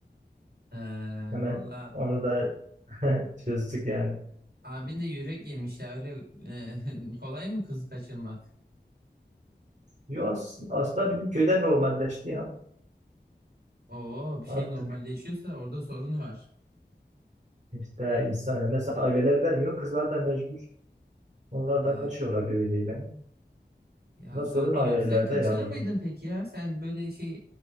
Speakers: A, on the right; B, on the right.
A: Ee,
B: Hemen
A: valla
B: onu da <laughs> çözdük yani.
A: abin de yürek yemiş ya öyle e, <laughs> kolay mı kız kaçırmak?
B: Yo, as- aslında bizim köyde normalleşti ya.
A: Oo bir şey
B: Artık
A: normalleşiyorsa orada sorun var.
B: işte insan, mesela aileler vermiyor. Kızlar da mecbur. Onlar
A: Ee,
B: da kaçıyorlar birbiriyle.
A: ya
B: Ama
A: Zuhat
B: sorun
A: bilmiyorum.
B: ailelerde
A: Sen kaçırır
B: ya burada.
A: mıydın peki ya? Sen böyle şey